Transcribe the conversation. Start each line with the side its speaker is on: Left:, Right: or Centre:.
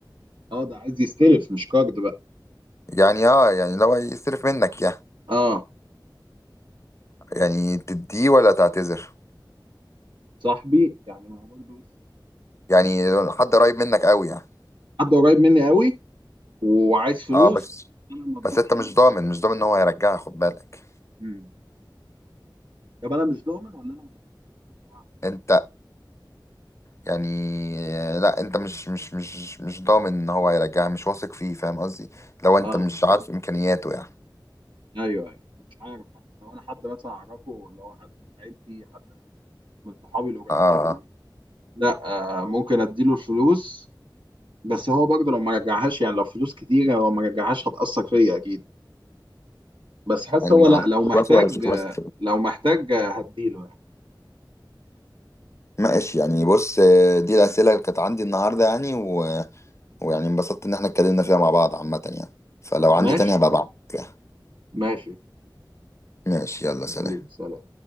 Right: اه ده عايز يستلف مش كارد بقى
Left: يعني اه يعني لو يصرف منك يعني
Right: اه
Left: يعني تديه ولا تعتذر
Right: صاحبي يعني ما هو برضه
Left: يعني حد قريب منك قوي يعني
Right: حد قريب مني قوي وعايز فلوس
Left: اه بس
Right: انا ما اضمنش
Left: بس انت مش ضامن مش ضامن ان هو هيرجعها خد بالك
Right: مم. طب انا مش ضامن ولا انا متأكد إن هو مش عارف؟
Left: انت يعني لا انت مش مش مش مش ضامن ان هو هيرجعها مش واثق فيه فاهم قصدي لو انت
Right: اه
Left: مش عارف امكانياته يعني
Right: ايوه ايوه مش عارف حد. لو انا حد مثلا اعرفه اللي هو حد من عيلتي حد من صحابي القريبين
Left: اه
Right: قوي
Left: اه
Right: لا آه ممكن اديله الفلوس بس هو برضه لو ما رجعهاش يعني لو فلوس كتيرة لو ما رجعهاش هتأثر فيا اكيد بس حاسس
Left: يعني
Right: هو
Left: ما
Right: لا
Left: عارف
Right: لو محتاج
Left: واثق ولا مش واثق
Right: لو محتاج هديله يعني
Left: ماشي يعني بص آه، دي الاسئله اللي كانت عندي النهارده يعني و ويعني انبسطت ان احنا اتكلمنا فيها مع بعض عامة يعني فلو عندي
Right: ماشي
Left: تاني هبقى ابعتلك يعني.
Right: ماشي
Left: ماشي يلا سلام
Right: حبيبي سلام